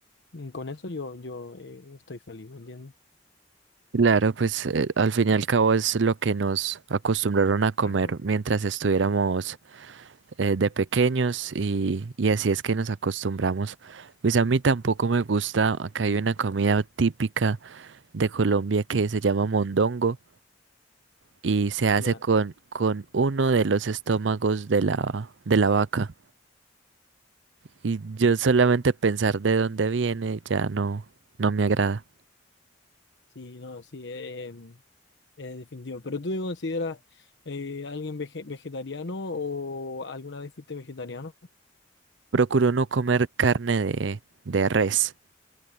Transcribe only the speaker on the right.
Claro, pues eh, al fin y al cabo es lo que nos acostumbraron a comer
mientras estuviéramos eh, de pequeños y, y así es que nos acostumbramos. Pues a mí tampoco me gusta, acá hay una comida típica de Colombia que se llama mondongo y se hace
con, con uno de los estómagos de la, de la vaca. Y yo solamente pensar de dónde viene ya no, no me agrada.
Procuro no comer carne de, de res.